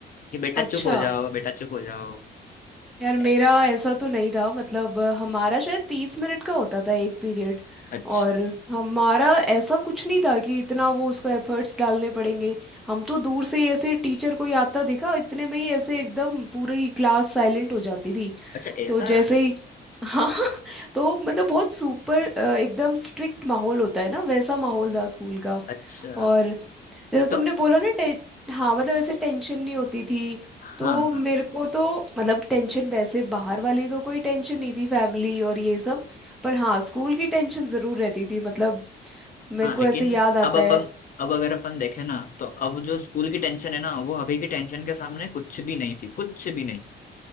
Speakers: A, on the left; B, in the centre.
A: कि बेटा चुप
B: अच्छा
A: हो जाओ बेटा चुप हो जाओ
B: यार मेरा
A: ए-
B: ऐसा तो नहीं था मतलब अ, हमारा शायद तीस मिनट का होता था एक पीरियड
A: अच्छा
B: और हमारा ऐसा कुछ नहीं था कि इतना वो उसको एफर्ट्स डालने पड़ेंगे हम तो दूर से ही ऐसे टीचर कोई आता दिखा इतने में ही ऐसे एकदम पूरी क्लास साइलेंट हो जाती थी
A: अच्छा ऐसा
B: तो जैसे ही हाँ <laughs> तो मतलब बहुत सुपर अ, एकदम स्ट्रिक्ट माहौल होता है ना वैसा माहौल था स्कूल का
A: अच्छा
B: और जैसे
A: तो
B: तुमने बोला ना टे, हाँ मतलब ऐसे टेंशन नहीं होती थी
A: हाँ
B: तो मेरे
A: हाँ
B: को तो मतलब टेंशन वैसे बाहर वाली तो कोई टेंशन नहीं थी फैमिली और ये सब पर हाँ स्कूल की टेंशन ज़रूर रहती थी मतलब मेरे
A: हाँ
B: को
A: लेकिन
B: ऐसे याद आता
A: अब अपन
B: है
A: अब अगर अपन देखें ना तो अब जो स्कूल की टेंशन है ना वो अभी की टेंशन के सामने कुछ भी नहीं थी कुछ भी नहीं